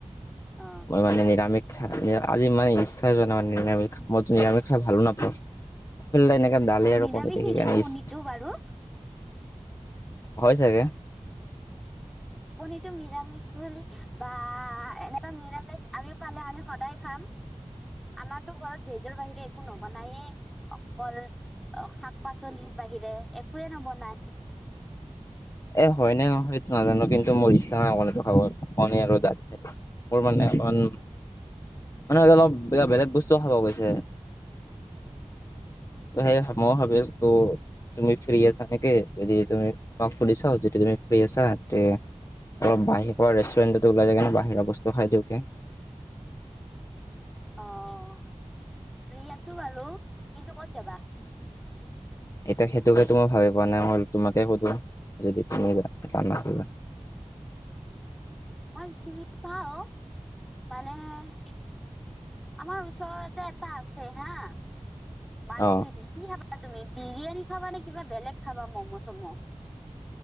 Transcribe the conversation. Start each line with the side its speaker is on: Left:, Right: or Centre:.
Centre: অ
Left: ম মানে নিৰামিষ খাই আজি মানে ইচ্ছা জোৱা নাই নিৰামিষ মইতো নিৰামিষ খাই ভালো নাপাওঁ। খল্লে এনেকে দালি আৰু-
Centre: নিৰামিষ
Left: কণী দেখি
Centre: নেকি
Left: কাৰণে
Centre: কণীটো
Left: ইছ
Centre: বাৰু।
Left: হয় চাগে।
Centre: কনিটো মিৰামিষ বুলি বা এনেকুৱা নিৰামিষ আমি পালে আমি সদায় খাম। আমাৰতো ঘৰত ভেজৰ বাহিৰে একো নবনায়ে অকল অ শাক পাচলিৰ বাহিৰে একোৱে নবনায়।
Left: এ হয়নে নহয় এইটো নাজানো কিন্তু মোৰ ইচ্ছা নাই কণীটো খাব কণী আৰু দাল। মোৰ মানে অকণ মানে আজি অলপ কিবা বেলেগ বস্তুও খাব গৈছে। সেই মই ভাবি আছো তুমি ফ্ৰী আছা নেকি যদি তুমি সুধি চাওঁ যদি তুমি ফ্ৰী আছা তে- অলপ বাহিৰৰ ৰেষ্টুৰেণ্টত ওলাই যাই কনে বাহিৰা বস্তু খাই দিওঁগে।
Centre: অঁ ফ্ৰী আছো বাৰু কিন্তু ক'ত যাবা?
Left: এতিয়া সেইটোকেটো মই ভাবি পোৱা নাই হল তোমাকে সোধো যদি তুমি জানা কিবা
Centre: মই চিনি পাওঁ মানে- আমাৰ ওচৰতে এটা আছে হাঁ। মাাজবিদি
Left: অ
Centre: কি খাবা তুমি বিৰিয়ানী খাবা নে কিবা বেলেগ খাবা ম'ম' চম'?